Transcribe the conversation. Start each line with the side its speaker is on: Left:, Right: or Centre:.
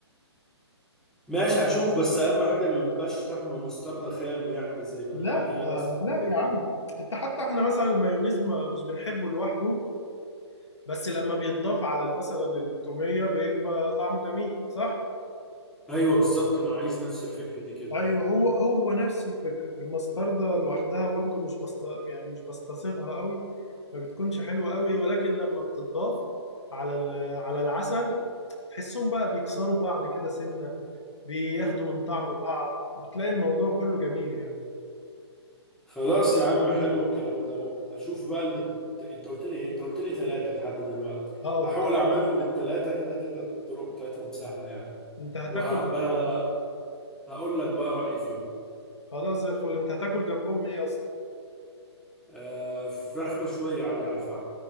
Centre: ماشي هشوف بس اهم حاجه ما يبقاش طعم مستردة خام يعني زي ما
Left: لا
Centre: هي اصلا
Left: آه، لا
Centre: كده
Left: يا عم انت حتى احنا مثلا المايونيز ما مش بنحبه لوحده بس لما بيتضاف على مثلا التومية بيبقى طعمه جميل صح؟
Centre: ايوه بالظبط انا عايز نفس الفكره دي كده
Left: ايوه هو هو نفس الفكره المستردة لوحدها برضو مش بست يعني مش بستصيغها قوي ما بتكونش حلوه قوي ولكن لما بتضاف على ال- على العسل تحسهم بقى بيكسروا بعض كده سنه بياخدوا من طعم بعض بتلاقي الموضوع كله جميل يعني
Centre: خلاص يا عم حلو الكلام دوت هشوف بقى اللي ت- انت قلت لي ايه انت قلت لي ثلاثه لحد دلوقتي
Left: اه
Centre: هحاول
Left: ت-
Centre: اعملهم الثلاثه كده كده الطرق بتاعتهم سهله يعني
Left: انت هتاكل
Centre: وهبقى
Left: ايه
Centre: هقول لك بقى رايي فيهم
Left: خلاص زي الفل انت هتاكل جنبهم ايه اصلا
Centre: آه فراخ مشويه عادي على الفحم